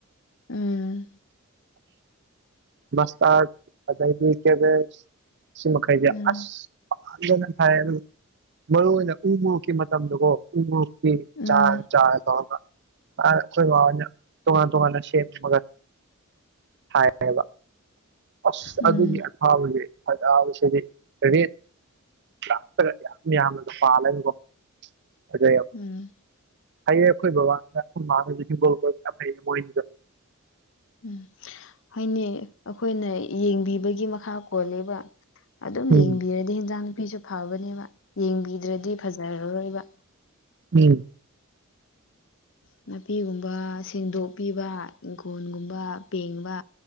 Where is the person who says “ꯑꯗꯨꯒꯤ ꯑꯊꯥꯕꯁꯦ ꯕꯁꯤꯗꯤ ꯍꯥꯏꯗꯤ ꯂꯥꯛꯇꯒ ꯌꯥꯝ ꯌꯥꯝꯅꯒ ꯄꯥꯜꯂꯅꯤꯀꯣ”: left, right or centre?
Right